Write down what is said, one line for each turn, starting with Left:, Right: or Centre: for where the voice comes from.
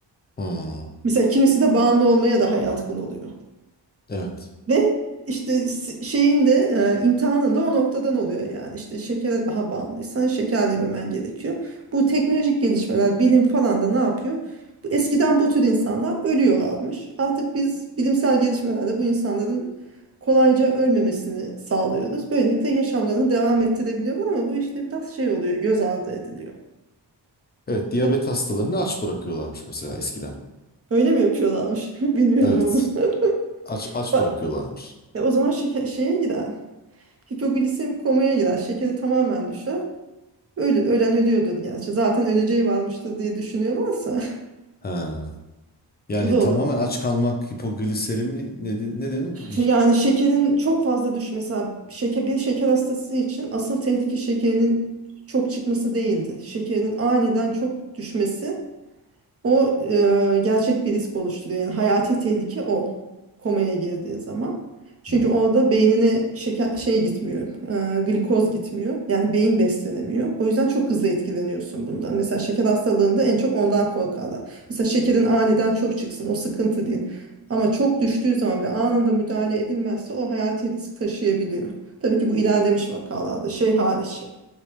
Left: Hmm,
Right: Mesela kimisi de bağımlı olmaya daha yatkın oluyor.
Left: Evet.
Right: Ve işte s- şeyin de e, imtihanın da o noktadan oluyor yani. İşte şekere daha bağımlıysan şeker yememen gerekiyor. Bu teknolojik gelişmeler, bilim falan da ne yapıyor? Bu, eskiden bu tür insanlar ölüyorlarmış. Artık biz bilimsel gelişmelerle bu insanların kolayca ölmemesini sağlıyoruz. Böylelikle yaşamlarını devam ettirebiliyorlar ama bu işte biraz şey oluyor, göz ardı ediliyor.
Left: Evet, diyabet
Right: Ö-
Left: hastalarını aç bırakıyorlarmış mesela eskiden.
Right: Öyle mi yapıyorlarmış? <laughs> Bilmiyordum
Left: Evet.
Right: onu.
Left: Aç
Right: <laughs>
Left: aç
Right: Bak,
Left: bırakıyorlarmış.
Right: e, o zaman şeker, şeye girer. Hipoglisemik komaya girer. Şekeri tamamen düşer. Öyle, ölen ölüyordur gerçi. Zaten öleceği varmıştır diye düşünüyorlarsa
Left: Ha.
Right: <laughs>
Left: Yani
Right: o da
Left: tamamen
Right: olabilir.
Left: aç kalmak hipogliserimi ne, de- ne dedin? Bir-
Right: Yani şekerin çok fazla düş mesela şeker bir şeker hastası için asıl tehlike şekerinin çok çıkması değildir. Şekerin aniden çok düşmesi O e, gerçek bir risk oluşturuyor. Yani hayati tehlike o komaya girdiği zaman. Çünkü
Left: Hı.
Right: orada beynine şeker şey gitmiyor, e, glikoz gitmiyor. Yani beyin beslenemiyor. O yüzden çok hızlı etkileniyorsun bundan. Mesela şeker hastalığında en çok ondan korkarlar. Mesela şekerin aniden çok çıksın, o sıkıntı değil. Ama çok düştüğü zaman ve anında müdahale edilmezse o hayati risk taşıyabiliyor. Tabii ki bu ilerlemiş vakalarda şey hariç